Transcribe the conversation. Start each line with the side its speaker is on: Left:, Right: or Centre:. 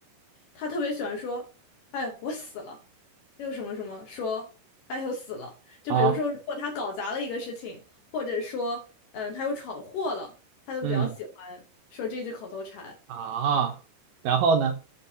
Left: 他特别喜欢说：“哎，我死了”，又什么什么说。哎呦死了！就比如说，
Right: 啊，
Left: 如果他搞砸了一个事情，或者说，嗯，呃他又闯祸了，他就比较喜欢说这句口头禅。
Right: 嗯啊，然后呢